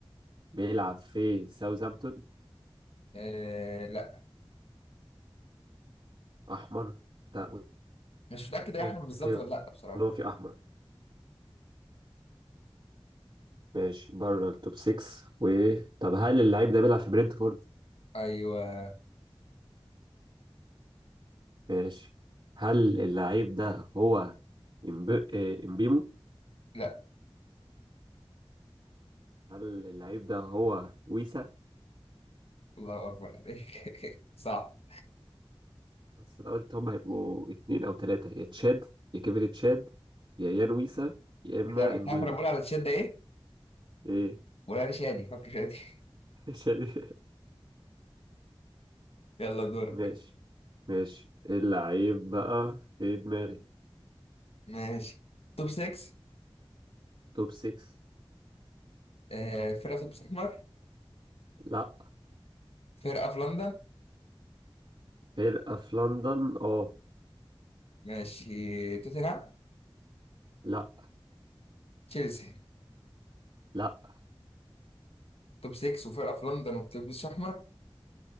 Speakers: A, on the right; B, on the left.
A: بيلعب في ساوثهامبتون
B: آه لا
A: أحمر لا
B: مش متاكد يا
A: متأكد
B: احمد بالظبط ولا لا بصراحه
A: إن هو في أحمر ماشي بره التوب 6 و طب هل اللعيب ده بيلعب في برنتفورد
B: ايوه
A: ماشي هل اللعيب ده هو إمب... آه، إمبيمو
B: لا
A: هل اللعيب ده هو ويسا
B: الله اكبر عليك <laughs> صعب
A: بس أنا قلت هم هيبقوا اتنين أو تلاتة يا تشاد يا كيفن تشاد يا يان ويسا يا إما
B: احنا إحنا
A: إمبيمو
B: كنا بنقول على الشده ايه؟
A: إيه
B: بنقول على شادي فاكر شادي <laughs>
A: <laughs> شادي.
B: يلا دورك
A: ماشي ماشي اللعيب بقى في دماغي
B: ماشي توب 6
A: توب 6
B: آه فرقه في توب احمر
A: لا
B: فرقه في لندن
A: فرقة في لندن اه
B: ماشي توتنهام
A: لا
B: تشيلسي
A: لا
B: توب 6 وفرقه في لندن وبتلبس احمر